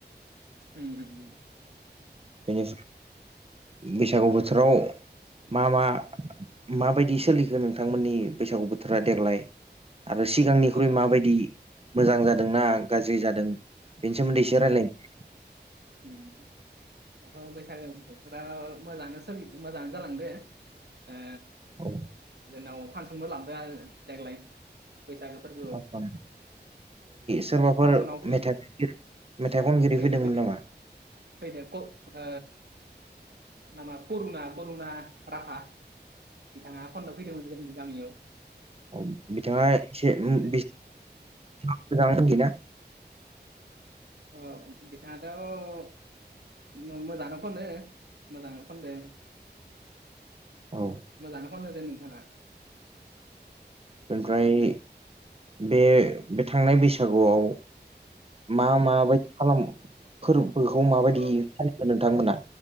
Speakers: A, on the right; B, on the right.
A: होम।
B: बे बैसागु बोथोराव मा मा माबायदि सोलिखो नोंथांमोननि बैसागु बोथोरा देग्लाय आरो सिगांनिख्रुइ
A: औ
B: माबायदि मोजां जादोंना गाज्रि जादों बेनि सोमोन्दै इसे रायलायनो
A: हम। ओ बैसागो बोथोराव मोजांङानो सोलि मोजाङानो जालांदो। ओ
B: औ
A: जोंनाव फांसनबो लाबोदो देग्लाय बैसागो फोरबोआव
B: ओमफ्राय सोरबाफोर
A: फांसनाव फै
B: मेथाइ मेथाइ खनगिरि
A: फैदो
B: फैदोंमोन
A: फैदो
B: नामा
A: फैदो कर ओ नामा करुना करुना राभा बिथांङा खनना फैदोंमोन जोंनि गामियाव।
B: औ बिथांङा एसे ओ
A: उम
B: बेस मोजां खनदोंना
A: औ बिथाङाथ' मोजाङानो खनो मोजांङानो खनदों।
B: औ।
A: मोजांआनो खनदोदे नोंथांङा।
B: ओमफ्राय
A: बिदिनो
B: बे बे थांनाय बैसागुआव मा माबायदि खालाम फोरबोखौ माबायदि
A: अ
B: फालिदों नोंथांमोना